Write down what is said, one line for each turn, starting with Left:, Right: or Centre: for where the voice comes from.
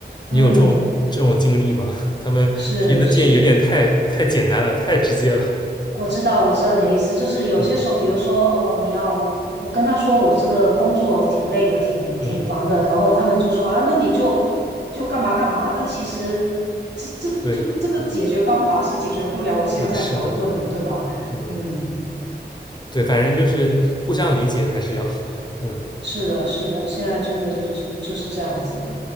Left: 你有这种嗯这种经历吗？
Right: 嗯，
Left: <laughs> 他们提的建议有点太太简单了，
Right: 是是。
Left: 太直接了。
Right: 我知道，我知道你的意思，就是有些时候，
Left: 嗯
Right: 比如说，哦，你要我我跟他说我这个工作挺累的，挺挺烦的，
Left: 嗯，
Right: 然后他们就说啊，那你就就干嘛干嘛，但其实这这这这个解决方法是解决不了我现在的矛盾的，
Left: 对，那是的，
Right: 对吧？
Left: 嗯，
Right: 嗯，
Left: 对，反正就是互相理解还是要，<laughs> 嗯
Right: 是的，是的，现在真的是就是这样子。